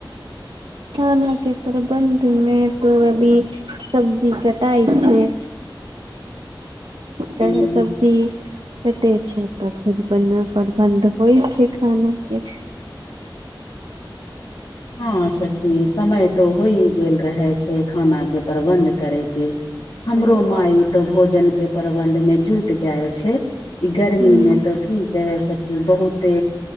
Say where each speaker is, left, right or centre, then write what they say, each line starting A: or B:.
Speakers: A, on the right; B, on the left.
A: खाना के प्रबन्ध मे तो अभी सब्जी के तइ छै त
B: हूँ
A: सब <unintelligible> चि कटे छै त फेर ब परबंध होइ छै खाना के
B: हँ सखी समय तऽ होइ गेल रहै छै खाना के प्रबन्ध करै के हमरो
A: हूँ
B: माई तो भोजन के प्रबंध मे जुट जाइ छै ई गर्मि
A: हूँ
B: मीमे तो की कहे सकी बहुते